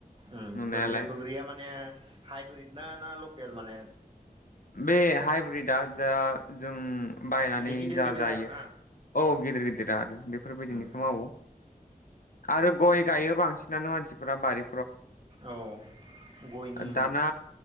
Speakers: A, on the right; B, on the left.
A: उ
B: नुनायालाय
A: बोग्रि बग्रिया माने हाइब्रिद ना ना लकेल माने
B: बे हाइब्रिदआ जा जों बायनानै
A: एसे गिदिर
B: जा
A: गिदिर
B: जायो
A: आरो ना
B: औ। गिदिर गिदिरा आरो। बेफोरबायदिनिखौ
A: उम
B: मावो आरो गय। गायो बांसिनानो मानसिफोरा बारि
A: औ गयनि
B: दाना